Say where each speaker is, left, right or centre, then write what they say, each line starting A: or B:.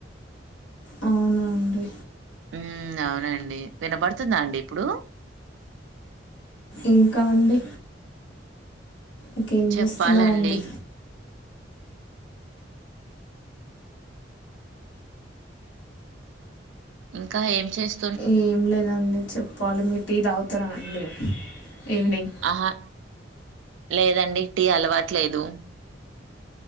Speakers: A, on the left; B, on the right.
A: అవునండి
B: ఉ అవునండి వినబడుతుందా అండి ఇప్పుడు
A: ఇంకా అండి ఇకేం
B: చెప్పాలండి
A: చేస్తున్నారండి
B: ఇంకా ఏం చేస్త
A: ఏం లేదండి చెప్పాలి మీరు టీ తాగుతారా అండి ఈవినింగ్
B: ఆహా లేదండి టీ అలవాటు లేదు